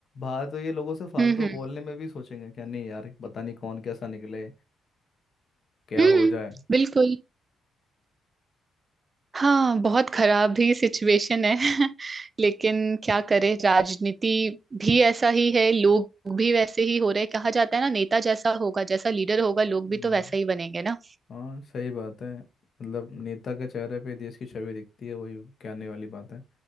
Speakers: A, on the left; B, on the right.
A: बाहर तो ये लोगों से फालतू
B: हम्म हम्म
A: बोलने में भी सोचेंगे क्या नहीं यार पता नहीं कौन कैसा निकले क्या
B: हम्म
A: हो जाए
B: बिल्कुल हाँ बहुत खराब ही सिचुएशन है <laughs> लेकिन क्या करे राजनीति भी ऐसा ही है लोग भी वैसे ही हो रहे हैं। कहा जाता है ना नेता जैसा होगा जैसा लीडर होगा लोग
A: हम्म
B: भी तो वैसा ही बनेंगे ना
A: हाँ सही बात है मतलब नेता के चेहरे पे देश की छवि दिखती है वही कहने वाली बात है